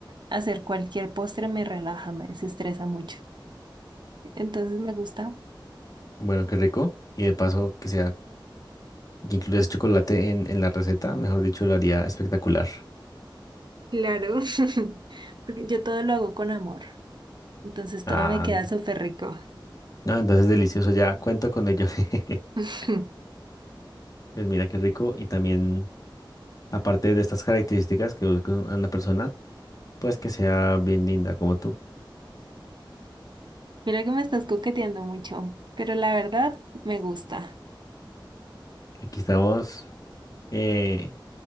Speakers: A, on the right; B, on the left.
A: a hacer cualquier postre me relaja, me desestresa mucho. Entonces me gusta.
B: Bueno, qué rico. Y de paso que sea, que incluyas chocolate en, en la receta, mejor dicho, lo haría espectacular.
A: Claro, <laughs> porque yo todo lo hago con amor, entonces
B: Ah.
A: todo me queda súper rico.
B: No, entonces delicioso, ya cuento con ello. <laughs>
A: <laughs>
B: Pues mira qué rico. Y también, aparte de estas características que busca una persona, Pues que sea bien linda como tú.
A: Mira que me estás coqueteando mucho, pero la verdad me gusta.
B: Aquí estamos eh,